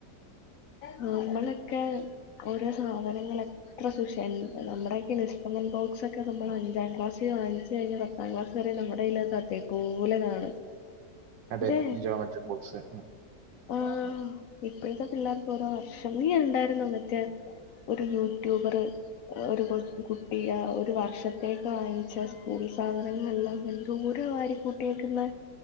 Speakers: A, on the left (about 65°); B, on the right (about 75°).
A: നമ്മളൊക്കെ ഓരോ സാധനങ്ങൾ എത്ര സുഷ നമ്മുടെ ഇൻസ്‌ട്രുമെന്റ് ബോക്സ് ഒക്കെ നമ്മൾ അഞ്ചാം ക്ലാസ്സ്‌ പുതിയത് വാങ്ങിച്ചു കഴിഞ്ഞാ പത്താം ക്ലാസ്സ് വരെ നമ്മുടെ ഇല്ലാത്ത് അത് അതേപോലെ കാണും
B: അതെ
A: അല്ലേ
B: ജിയോമെട്രിക് ബോക്സ്
A: ആഹ് ഇപ്പോഴത്തെ പിള്ളേർക്ക് ഓരോ വർഷം നീ ഉണ്ടായിരുന്നു മറ്റേ- ഒരു യൂട്യൂബർ ഒരു കൊ കുട്ടി ഒരു വർഷത്തേക്ക് വാങ്ങിച്ച സ്കൂൾ സാധനങ്ങളെല്ലാം എന്തൊരു വാ- കൂട്ടിയേക്കുന്ന